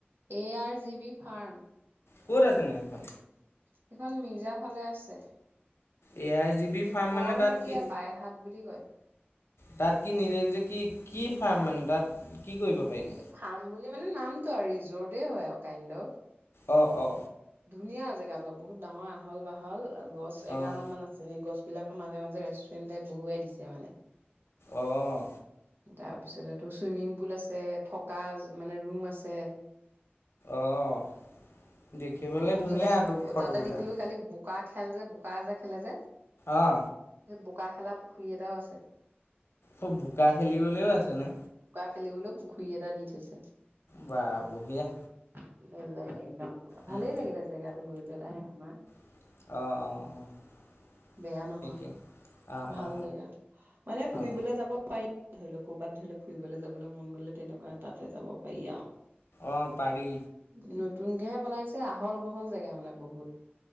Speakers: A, on the right; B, on the left.
A: A R G B farm
B: ক'ত আছে নো সেইখন
A: সেইখন মিৰ্জা ফালে আছে
B: এ য়াই জি বি ফাৰ্ম
A: বৰমতিয়া
B: মানে তাত কি
A: বাইহাট বুলি কয়
B: তাত কি নিজে নিজে কি কি ফাৰ্ম মানে তাত কি কৰিব
A: ই
B: পাৰিনো?
A: ফাৰ্ম বুলি মানে নামটো আৰু ৰিজৰ্টে হয় আৰু কাইণ্ড
B: অ অ
A: ধুনীয়া জেগাতো বহুত ডাঙৰ আহল বাহল গছ এগাল
B: অ',
A: মান আছে সেই গছ বিলাকৰ মাজে মাজে ৰেষ্টুৰেণ্ট টাইপ বহুৱাই দিছে মানে
B: অহ
A: তাৰপিছত টো ছুইমিং পুল আছে থকা মানে ৰুম আছে
B: অহ দেখিবলে
A: অ তাৰপিছতে
B: ধুনীয়া টো ফটোবিলাক
A: তাতে দেখিলো কালি বোকা খেল যে বোকা এ যে খেলে যে
B: অহ
A: সেই বোকা খেলা পুখুৰী এটাও আছে
B: অ বোকা খেলিবলৈও আছেনে
A: খেলিবলেও পুখুৰী এটা দি থৈছে
B: বাহ বঢ়িয়া
A: <unintelligible> ভালেই
B: উম,
A: লাগিলে জেগাটো গৈ পেলাই আমাৰ
B: অহ অ অ
A: বেয়া নহয়
B: ঠিকে অ',
A: ভাল
B: অ',
A: জেগা মানে ফুৰিবলে
B: অ', অ',
A: যাব পাৰি ধৰি ল ক'বাত ধৰি ল ফুৰিবলে যাবলে মন গ'লে তেনেকুৱা তাতে যাব পাৰি আও উম
B: অ', পাৰি
A: নতুনকেহে বনাইছে আহল বহল জেগা মানে বহুত